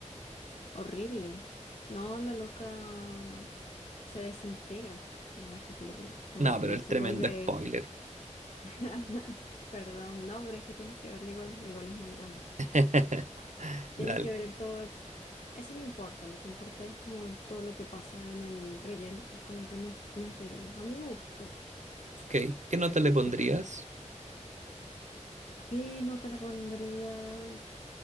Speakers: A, on the left (about 55°); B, on the right (about 70°).
A: Horrible. No, la loca se desintegra en esta película. Como
B: No,
A: que
B: pero el
A: se
B: tremendo
A: vuelve.
B: spoiler.
A: <laughs> Perdón, no, pero es que tienes que verla igual. Igual es muy buena.
B: <laughs>
A: Tienes
B: Dale.
A: que ver el todo Eso no importa, lo que importa es como todo lo que pasa en el relleno, como que no es, no es relleno. A mí me gustó
B: Ok. ¿Qué nota
A: eso,
B: le
A: así
B: pondrías?
A: que ¿qué nota le pondría?